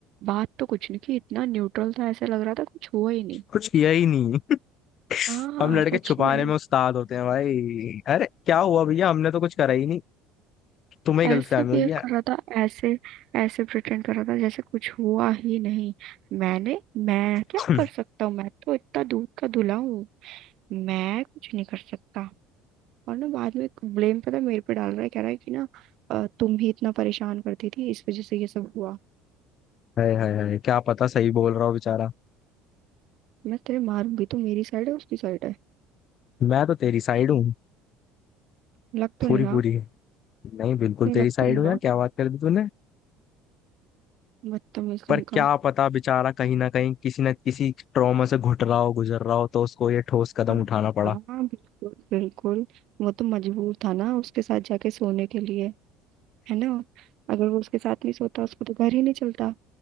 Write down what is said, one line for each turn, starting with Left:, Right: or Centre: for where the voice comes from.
Right: बात तो कुछ नहीं की इतना न्यूट्रल था ऐसे लग रहा था कुछ हुआ ही नहीं
Left: कुछ किया ही नहीं
Right: हाँ
Left: हम लड़के
Right: सच
Left: छुपाने
Right: में
Left: में उस्ताद होते हैं भाई अरे क्या हुआ भैया हमने तो कुछ करा ही नहीं तुम्हें ही
Right: ऐसे
Left: गलतफहमी
Right: बिहेव
Left: हुई है
Right: कर रहा था ऐसे ऐसे प्रिटेंड कर रहा था जैसे कुछ हुआ ही नहीं मैंने मैं क्या
Left: <laughs>
Right: कर सकता हूँ मैं तो इतना दूध का धुला हूँ मैं कुछ नहीं कर सकता और ना बाद में ब्लेम पता है मेरे पे डाल रहा है कह रहा है कि ना अ, तुम ही इतना परेशान करती थी इस वजह से ये सब हुआ
Left: हाय हाय हाय क्या पता सही बोल रहा हूँ बेचारा
Right: मैं तेरे मारूंगी तो मेरी साइड है उसकी साइड है
Left: मैं तो तेरी साइड हूँ
Right: लग तो
Left: पूरी
Right: नहीं रहा
Left: पूरी नहीं बिल्कुल
Right: नहीं
Left: तेरी
Right: लग
Left: साइड
Right: तो नहीं
Left: हूँ
Right: रहा
Left: यार क्या बात कर दी तूने
Right: बदतमीज कहीं
Left: पर क्या
Right: का
Left: पता बेचारा कहीं ना कहीं किसी ना किसी ट्रॉमा से घुट रहा हो गुजर रहा हो तो उसको ये ठोस कदम
Right: हाँ
Left: उठाना पड़ा
Right: हाँ, बिल्कुल बिल्कुल वो तो मजबूर था ना उसके साथ जाके सोने के लिए है ना अगर वो उसके साथ नहीं सोता उसको तो घर ही नहीं चलता